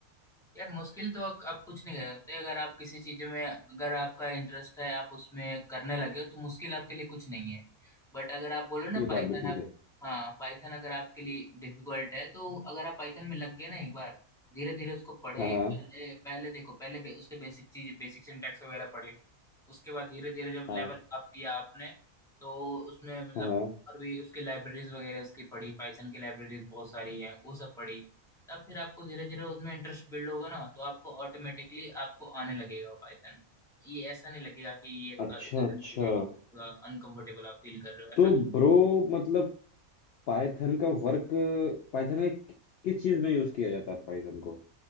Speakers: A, in the centre; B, on the left.
A: यार मुश्किल तो आप कुछ नहीं कर सकते अगर आप किसी चीज में अगर आपका इंटरेस्ट है आप उसमें करने लगे हो तो मुश्किल आपके लिए कुछ नहीं है बट अगर आप बोलो ना
B: ये
A: पाइथन
B: बात भी ठीक
A: आप
B: है
A: हाँ पाइथन अगर आपके लिए डिफिकल्ट है तो अगर आप पाइथन में लग गए ना एक बार धीरे धीरे उसको पढ़े
B: हाँ हाँ
A: पहले पहले देखो पहले बे, उसके बेसिक चीज बेसिक सिंटैक्स वगैरह पढ़े उसके बाद धीरे धीरे जब लेवल
B: हाँ
A: अप किया आपने तो उसमें मतलब
B: हाँ हाँ।
A: और भी उसकी लाइब्रेरीज वगैरह उसकी पढ़ी पाइथन की लाइब्रेरीज बहुत सारी है वो सब पढ़ी तब फिर आपको धीरे धीरे उसमें इंटरेस्ट बिल्ड होगा ना तो आपको ऑटोमेटिकली आपको आने लगेगा वो पाइथन ये ऐसा नहीं लगेगा कि ये थोड़ा
B: अच्छा
A: लंबी
B: अच्छा
A: है थोड़ा अनकंफर्टेबल आप फील कर रहे हो ऐसा
B: तो
A: कुछ
B: ब्रो मतलब पाइथन का वर्क पाइथन में कि- किस चीज में यूज किया जाता है पाइथन को